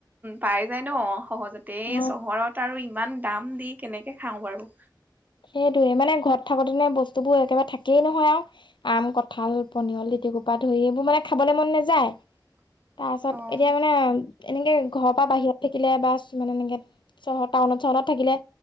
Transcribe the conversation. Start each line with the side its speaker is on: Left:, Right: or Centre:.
Right: পাই যায় ন- সহজতে
Left: অ
Right: চহৰত আৰু ইমান দাম দি কেনেকে খাওঁ বাৰু!
Left: সেইটোয়ে মানে ঘৰত থাকোতেনে বস্তুবোৰ একেবাৰে থাকেই নহয় আৰু আম, কঁঠাল, পনিয়লি- গোটেই সোপা ধৰি সেইবোৰ মানে খাবলৈ মন নাযায়-
Right: <inaudible>
Left: তাৰ পাছত
Right: অ'
Left: এতিয়া মানে এনেকে ঘৰৰ পৰা বাহিৰত- থাকিলে বা মানে এনেকে চহৰ টাউনত চহৰত থাকিলে